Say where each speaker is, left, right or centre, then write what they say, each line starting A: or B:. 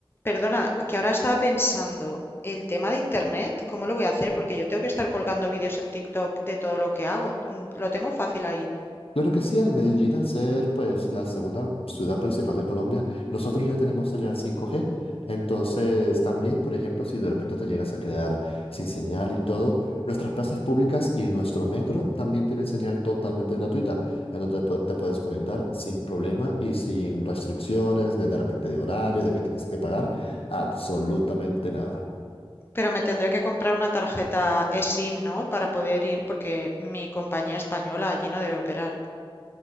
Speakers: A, on the left (about 25°); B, on the left (about 80°).
A: perdona, que ahora estaba pensando, el tema de internet, ¿cómo lo voy a hacer? Porque yo tengo que estar colgando vídeos en TikTok de todo lo que hago. Mm, Lo tengo fácil ahí.
B: Claro que sí, al Medellín, al ser pues la segunda ciudad principal de Colombia, nosotros ya tenemos señal 5G. Entonces, también, por ejemplo, si de repente te llegas a quedar sin señal y todo, nuestras plazas públicas y nuestro metro también tienen señal totalmente gratuita, en donde pu- te puedes conectar sin problema y sin restricciones de de repente de horario, de que tienes que pagar absolutamente nada.
A: Pero me tendré que comprar una tarjeta eSIM, ¿no? Para poder ir, porque mi compañía española allí no debe operar.